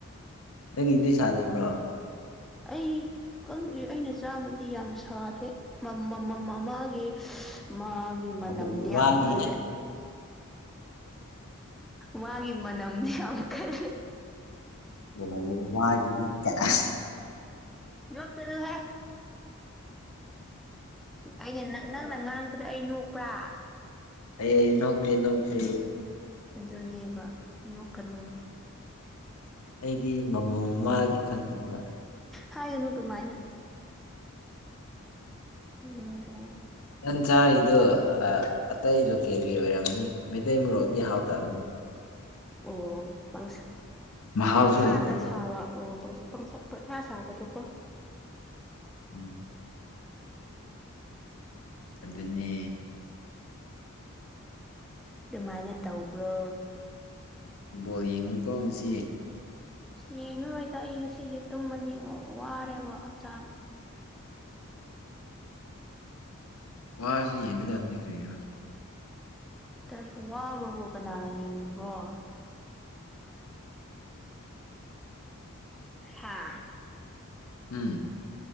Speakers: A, on the left; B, in the centre.
A: ꯅꯪꯒꯤꯗꯤ ꯁꯥꯗꯕ꯭ꯔꯣ
B: ꯑꯩꯪ ꯈꯪꯗꯦ ꯑꯩꯅ ꯆꯥꯕꯗꯤ ꯌꯥꯝ ꯁꯥꯗꯦ ꯃꯃꯝꯃꯝ ꯃꯃꯥꯡꯒꯤ ꯃꯥꯒꯤ ꯃꯅꯝꯗꯤ
A: ꯃꯃꯥ ꯃꯃꯥꯒꯤ
B: ꯌꯥꯝ ꯀꯜꯂꯦ ꯃꯥꯒꯤ ꯃꯅꯝꯗꯤ ꯌꯥꯝ ꯀꯜ
A: <unintelligible> ꯃꯥꯒꯤ ꯀꯥꯏ ꯑꯁ
B: ꯅꯣꯛꯀꯅꯨꯍꯦ ꯑꯩꯒ ꯅꯛꯅꯥꯅ ꯉꯥꯡꯕꯗ ꯑꯩ ꯅꯣꯛꯄ꯭ꯔꯥ
A: ꯑꯩ ꯅꯣꯛꯇꯦ ꯅꯣꯛꯇꯦ
B: ꯑꯗꯨꯅꯦꯕ ꯅꯣꯛꯀꯅꯣ
A: ꯑꯩꯗꯤ ꯃꯃꯣꯝ ꯃꯥꯒꯤ ꯈꯪꯗꯕ
B: ꯍꯥꯏꯒꯅꯨ ꯑꯗꯨꯃꯥꯏꯅ ꯎꯝ
A: ꯅꯪ ꯆꯥꯔꯤꯗꯣ ꯑ ꯑꯇꯩ ꯂꯣꯀꯦꯜꯒꯤ ꯑꯣꯏꯔꯝꯅꯤ ꯃꯩꯇꯩ ꯃꯣꯔꯣꯛꯗꯤ ꯍꯥꯎꯇꯝꯅꯦ
B: ꯑꯣ ꯄꯩꯁꯥ
A: ꯃꯍꯥꯎꯁꯨ
B: ꯄꯪꯁꯥꯗ
A: ꯂꯩꯇꯦꯕ
B: ꯁꯥꯕ ꯑꯣ ꯄꯪꯁꯥ ꯄꯪꯁꯥ ꯄꯪꯁꯥꯁꯥꯕꯗꯣꯀꯣ
A: ꯎꯝ ꯑꯗꯨꯅꯦ
B: ꯑꯗꯨꯃꯥꯏꯅ ꯇꯧꯕ꯭ꯔꯣ
A: ꯕꯣꯜ ꯌꯦꯡꯉꯨꯀꯣ ꯉꯁꯤ
B: ꯏꯁ ꯌꯦꯡꯉꯔꯣꯏꯗ ꯑꯩ ꯉꯁꯤꯗꯤ ꯇꯨꯝꯃꯅꯤ ꯋꯥ ꯋꯥꯔꯦꯕ ꯍꯛꯆꯥꯡ
A: ꯋꯥꯔꯁꯨ ꯌꯦꯡꯒꯗꯝꯅꯤ ꯀꯔꯤꯔꯣ
B: ꯇꯜ ꯋꯥꯕꯕꯨ ꯀꯅꯥꯅ ꯌꯦꯡꯅꯤꯡꯕ꯭ꯔꯣ ꯍꯥꯥ
A: ꯎꯝ